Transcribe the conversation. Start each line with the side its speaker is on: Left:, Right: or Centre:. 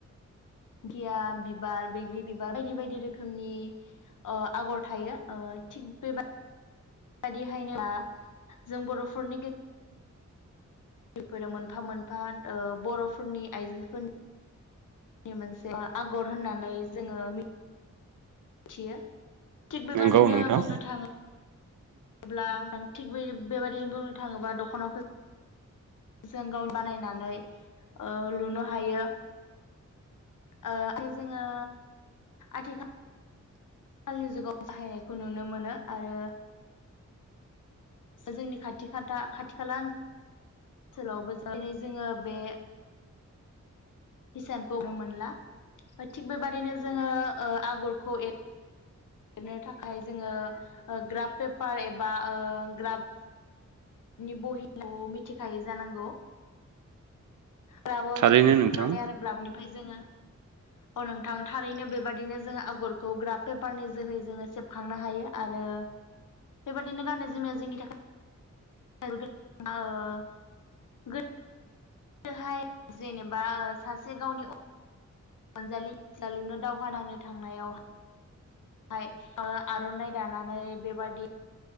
Left: गिया बिबार बैग्रि बिबार बायदि बायदि रोखोमनि आगर थायो थिग बेबाय बे बदिहायनो जों बर'फोरनि गेजेराव फोराव मोनफा मोनफा बर'फोरनि आइजोफोरनि नि मोनसे आगर होननानै जोङो मि थियो थिग बेबायाददिनो
Right: नंगौ नोंथां
Left: बुंनो थाङो अब्ला थिग बे बेबादिनो बुंनो थाङोबा दख'नाखौ <unintelligible> जों गाव बानायनानै लुनो हायो। आरो जोङो आथिखाल आथिखालनि जुगाव बाहायनायखौ नुनो मोनो। आरो जोंनि खाथि खाटा खाथि खाला ओनसोलावबो <unintelligible> दिनै जोङो बे हिसानखौ नुनो मोनला। थिग बेबादिनो जोङो ओ आगरखौ एर लिरनो थाखाय जोङो ग्राफ पेपार एबा ग्राफ नि बहिखौ मिथिखायै जानांगौ? ग्राबाव
Right: थारैनो
Left: जोङोखांनानै
Right: नोंथां
Left: आरो ग्राबनिफ्राय जोङो अ नोंथां थारैनो बेबायादिनो जोंङो आगरखौ ग्राफ पेपारनि जोहै जोङो सेबखांनो हायो आरो बेबादिनो गाननाय जोमनाया जोंनि थाखाय <unintelligible> <unintelligible> हाय जेनेबा सासे गावनि अ अनजालि <unintelligible> लुनो दावहा नांनो थांनायाव हाय ओ आर'नाइ दानानै बेबादि